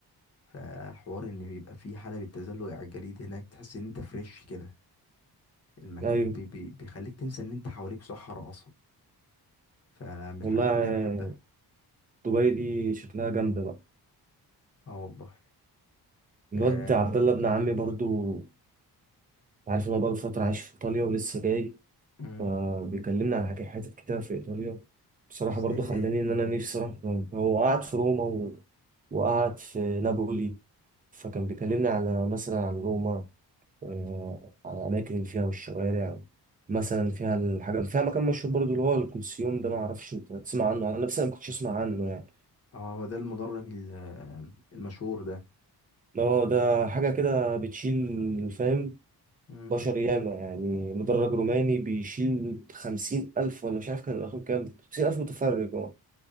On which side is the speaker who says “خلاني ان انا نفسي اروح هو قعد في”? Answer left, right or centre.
Right